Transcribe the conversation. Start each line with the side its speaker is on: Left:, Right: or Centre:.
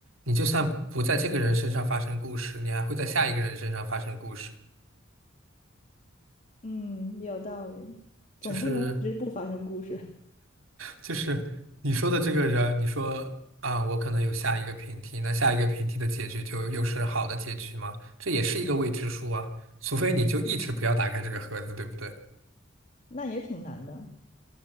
Right: 你就算不在这个人身上发生故事，你还会在下一个人身上发生故事。
Left: 嗯，有道理，总不能一直不发生故事，
Right: 就是就是你说的这个人，你说啊，我可能有下一个平替，那下一个平替的结局就又是好的结局吗？这也是一个未知数啊，除非你就一直不要打开这个盒子，对不对？
Left: 那也挺难的。